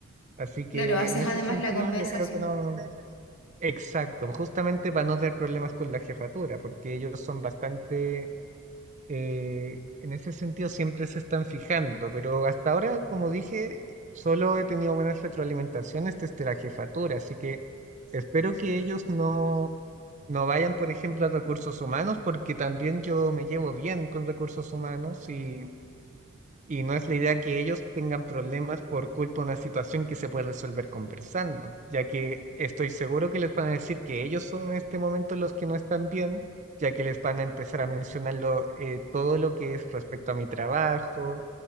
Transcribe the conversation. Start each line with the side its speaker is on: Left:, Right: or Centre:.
Right: Así que
Left: Claro, haces
Right: en ese
Left: además
Right: sentido,
Left: la compensación.
Right: yo creo que no. Exacto, justamente para no tener problemas con la jefatura, porque ellos son bastante, eh, en ese sentido siempre se están fijando, pero hasta ahora, como dije, solo he tenido buenas retroalimentaciones desde la jefatura, así que espero que ellos no, no vayan, por ejemplo, a recursos humanos, porque también yo me llevo bien con recursos humanos y y no es la idea que ellos tengan problemas por culpa de una situación que se puede resolver conversando, ya que estoy seguro que les van a decir que ellos son en este momento los que no están bien, ya que les van a empezar a mencionar lo- eh, todo lo que es respecto a mi trabajo,